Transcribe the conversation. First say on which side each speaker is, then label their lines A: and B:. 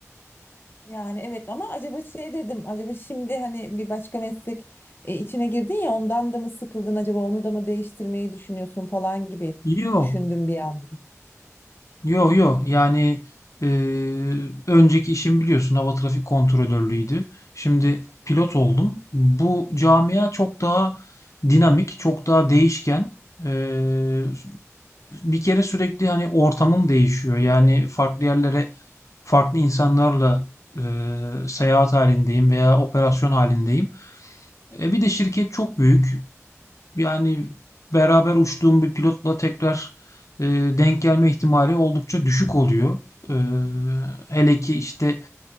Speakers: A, on the left; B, on the left.
A: Yani evet ama acaba şey dedim acaba şimdi hani bir başka meslek e, içine girdin ya ondan da mı sıkıldın acaba onu da mı değiştirmeyi düşünüyorsun falan gibi
B: Yok.
A: düşündüm bir an.
B: Yo yo yani e, önceki işim biliyorsun hava trafik kontrolörlüğüydü. Şimdi pilot oldum. Bu camia çok daha dinamik, çok daha değişken. E, bir kere sürekli hani ortamım değişiyor. Yani farklı yerlere farklı insanlarla e, seyahat halindeyim veya operasyon halindeyim. E, bir de şirket çok büyük. Yani beraber uçtuğum bir pilotla tekrar e, denk gelme ihtimali oldukça düşük oluyor. E, hele ki işte